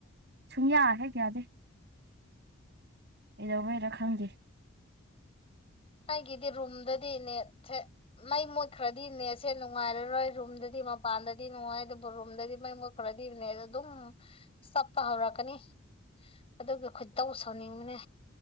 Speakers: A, on the right; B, on the left.
A: ꯁꯨꯡꯌꯥ ꯍꯦꯛ ꯌꯥꯗꯦ ꯀꯩꯗꯧꯕꯩꯔꯥ ꯈꯪꯗꯦ
B: ꯑꯩꯒꯤꯗꯤ ꯔꯨꯝꯗꯗꯤ ꯅꯦꯠꯁꯦ ꯃꯩ ꯃꯨꯠꯈ꯭ꯔꯗꯤ ꯅꯦꯠ ꯁꯦ ꯅꯨꯡꯉꯥꯏꯔꯔꯣꯏ ꯔꯨꯝꯗꯗꯤ ꯃꯄꯥꯟꯗꯗꯤ ꯅꯨꯡꯉꯥꯏ ꯗꯨꯕ ꯔꯨꯝꯗꯗꯤ ꯃꯩ ꯃꯨꯠ ꯈꯔꯗꯤ ꯅꯦꯠ ꯑꯗꯨꯝ ꯆꯞꯄ ꯍꯧꯔꯛꯀꯅꯤ ꯑꯗꯨꯒꯤ ꯈꯣꯏꯇꯧ ꯁꯧꯅꯤꯡꯕꯅꯦ